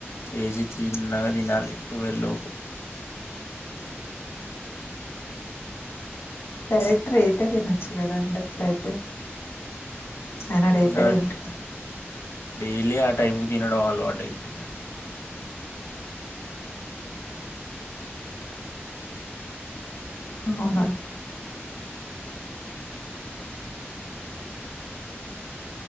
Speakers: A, on the left (about 85°); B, on the left (about 65°).
A: చేసి చిన్నగా తినాలి ట్వీలవ్ లోపు
B: డైరెక్ట్ రేపే తినొచ్చు కదాండి అట్లా అయితే అయినా రేపే
A: ఇంకా
B: తింటా
A: డైలీ ఆ టైం కూ తినడం అలవాటు అయిపోయిందండి
B: అవునా